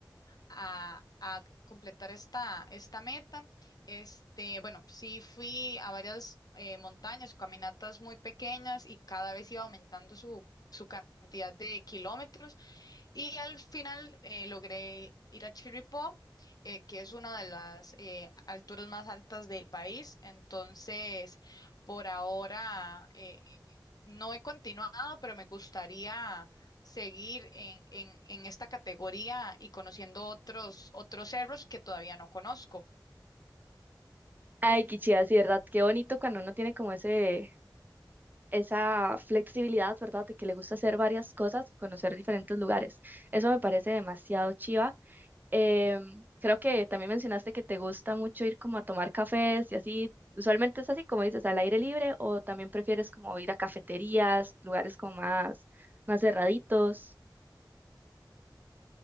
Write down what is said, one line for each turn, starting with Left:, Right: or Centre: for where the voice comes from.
Left: a, a completar esta, esta meta. Este, bueno, sí fui a varias eh, montañas, caminatas muy pequeñas y cada vez iba aumentando su, su cantidad de kilómetros. Y al final eh, logré ir a Chirripó, eh, que es una de las eh, alturas más altas del país. Entonces, por ahora eh, no he continuado, pero me gustaría seguir en, en, en esta categoría y conociendo otros, otros cerros que todavía no conozco.
Right: Ay, qué chida, sí, ¿verdad? Qué bonito cuando uno tiene como ese, esa flexibilidad, ¿verdad? De que le gusta hacer varias cosas y conocer diferentes lugares. Eso me parece demasiado chiva. Em, creo que también mencionaste que te gusta mucho ir como a tomar cafés y así. Usualmente es así, como dices, al aire libre o también prefieres como ir a cafeterías, lugares como más, más cerraditos.